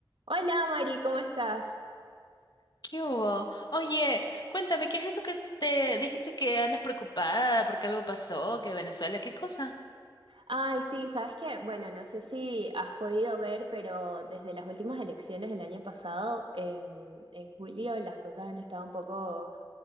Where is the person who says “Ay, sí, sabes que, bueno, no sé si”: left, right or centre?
Right